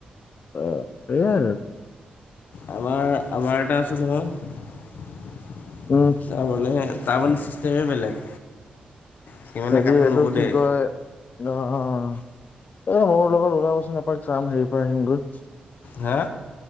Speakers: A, on the left; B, on the left.
A: অ সেইয়াই আৰু।
B: আমাৰ -আমাৰ এটা আছে নহয়',
A: উম',
B: তাৰমানেহে, তাৰামানে ছিষ্টেমেই বেলেগ', সি মানে
A: হেৰি
B: কাকো
A: এইটো
B: নুসুধে
A: কি কয়? অহ', অ', অ', এই মোৰ লগত ওলাবচোন এপাক চাম হেৰি পৰা আহিমগৈ',
B: হা?